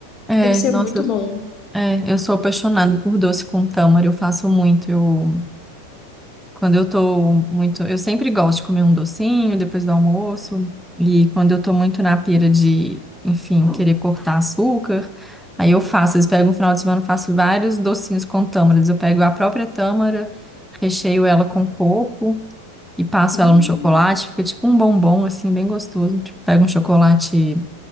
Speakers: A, in the centre; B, on the left.
A: É,
B: Deve ser
A: nossa,
B: muito
A: eu-
B: bom.
A: é, eu sou apaixonada por doce com tâmara. Eu faço muito. Eu Quando eu tô muito. Eu sempre gosto de comer um docinho depois do almoço. E quando eu tô muito na pira de, enfim, querer cortar açúcar, aí eu faço. Eles pegam um final de semana, eu faço vários docinhos com tâmaras. Eu pego a própria tâmara, recheio ela com coco e passo
B: hum.
A: ela no chocolate. Fica tipo um bombom, assim, bem gostoso. Tipo, pego um chocolate